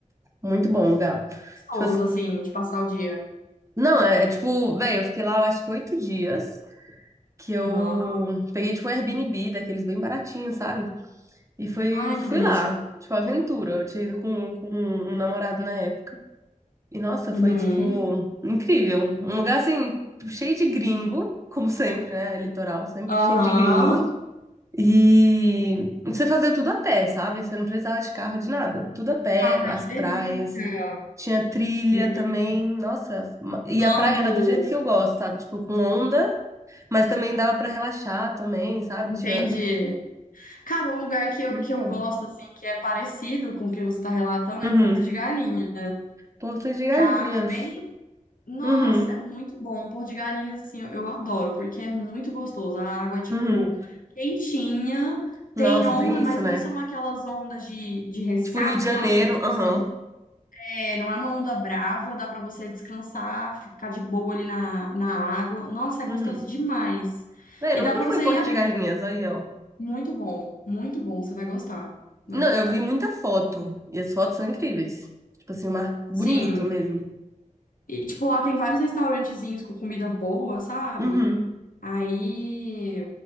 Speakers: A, on the right; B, on the left.
A: Muito bom lugar.
B: Gostoso,
A: Tipo assim,
B: assim, de passar o dia.
A: não, é, é tipo, velho, eu fiquei lá, eu acho que oito dias, que eu
B: Aham.
A: peguei, tipo, um Airbnb, daqueles bem baratinhos, sabe? E fui,
B: Ai, que
A: fui
B: delícia.
A: lá, tipo, aventura. Eu tinha ido com, com um namorado na época. E, nossa,
B: Uhum.
A: foi, tipo, incrível. Um lugar, assim, cheio de gringo, como sempre, né? É Litoral, sempre
B: Aham.
A: cheio de gringo. E você fazia tudo a pé, sabe? Você não precisava de carro, de nada. Tudo a pé,
B: Ai,
A: as
B: que delícia.
A: praias. Tinha trilha
B: Que delícia.
A: também, nossa. ma- E a
B: Amo.
A: praia era do jeito que eu gosto, sabe? Tipo, com onda, mas também dava pra relaxar também, sabe?
B: Entendi.
A: Tinha.
B: Cara, um lugar que eu,
A: Muito
B: que
A: bom.
B: eu gosto, assim, que é parecido com o que você está relatando,
A: Uhum.
B: é Porto de Galinha.
A: Porto de Galinhas.
B: Que a água é bem. Nossa,
A: Uhum.
B: é muito bom. Porto de Galinha, assim, eu, eu adoro, porque é muito gostoso. A água é, tipo,
A: Uhum.
B: quentinha, tem
A: Nossa,
B: onda,
A: tem isso,
B: mas
A: né?
B: não são aquelas ondas de, de ressaca,
A: Tipo, Rio de Janeiro.
B: sabe? Que, tipo
A: Aham.
B: assim, é, não é uma onda brava, dá para você descansar, ficar de boa ali na, na água. Nossa, é gostoso
A: Uhum.
B: demais.
A: Véi,
B: E
A: nunca
B: dá para
A: fui
B: você
A: em Porto
B: ir a...
A: de Galinhas, aí, ó.
B: Muito bom, muito bom. Você vai gostar, vai
A: Não,
B: gostar.
A: eu vi muita foto. E as fotos são incríveis. Tipo assim, um mar bonito
B: Sim,
A: mesmo.
B: E, tipo, lá tem vários restaurantezinhos com comida boa, sabe?
A: Uhum.
B: Aí.